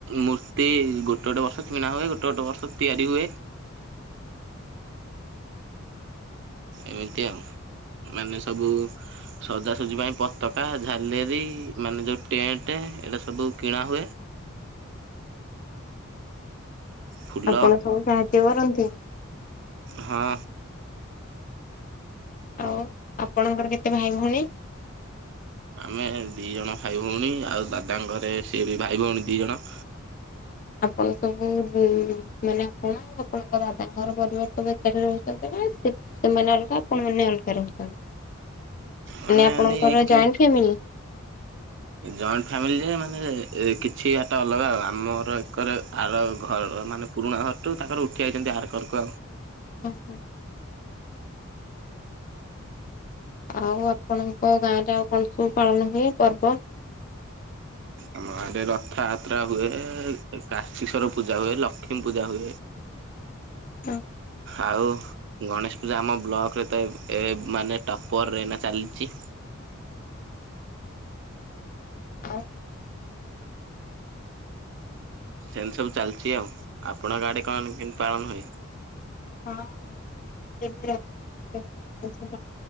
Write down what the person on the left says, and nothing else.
ଆପଣ ସବୁ ସାହାଯ୍ୟ କରନ୍ତି?
ଆଉ ଆପଣଙ୍କର କେତେ ଭାଇ ଭଉଣୀ?
ଆପଣ ସବୁ ବି <unintelligible> ମାନେ ଆ କଣ ଆପଣଙ୍କ ଦାଦାଙ୍କର ପରିବାର ତ ଭିତରେ ରହୁଛନ୍ତି ନା ସେମାନେ ବଳକୁ <unintelligible> ଆପଣ ମାନେ ଏକା ରହୁଛନ୍ତି <unintelligible>
ଆପଣଙ୍କର
ଜଏଣ୍ଟ ଫ୍ୟାମିଲି?
ଉ ହୁ। ଆଉ ଆପଣଙ୍କ ଗାଁ ରେ ଆଉ କଣ ସବୁ ପାଳନ ହୁଏ ପର୍ବ?
ଅହୋ।
ଓ।
ହଁ ଆମ ଆଡ଼େ ଏବେ ରଥ ଯାତ୍ରା ରଥ ଯାତ୍ରା ଭଲ ସେ